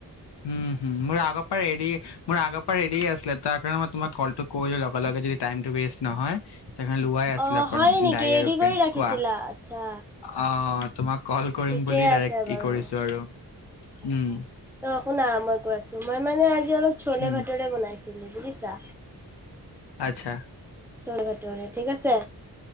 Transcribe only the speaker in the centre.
অ
হয় নেকি
ৰেডি
কৰি ৰাখিছিলা
আচ্ছা
ঠিকে
আছে
বাৰু
আচ্ছা
ত শুনা মই কৈ আছো মই মানে অলপ চলে
ভটোৰে বনাই ছিলো বুজিছা
চলে ভাটৰে ঠিক আছে